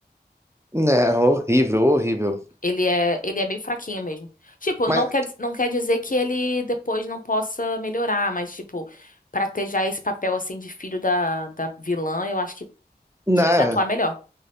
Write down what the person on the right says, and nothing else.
Né, horrível, horrível.
Mas,
né,